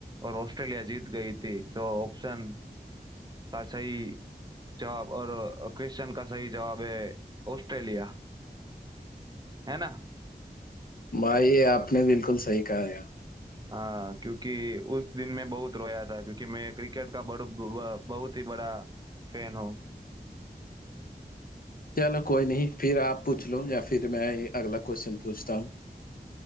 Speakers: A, on the right; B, on the left.
A: और ऑस्ट्रेलिया जीत गई थी सो ऑप्शन का सही जवाब और क्वेश्चन का सही जवाब है ऑस्ट्रेलिया है ना
B: भाई आपने बिल्कुल सही कहा यार
A: हाँ क्योंकि उस दिन मैं बहुत रोया था क्योंकि मैं क्रिकेट का बड़ू ब- बहुत ही बड़ा फैन हूँ
B: चलो कोई नहीं फिर आप पूछ लो या फिर मैं अगला क्वेश्चन पूछता हूँ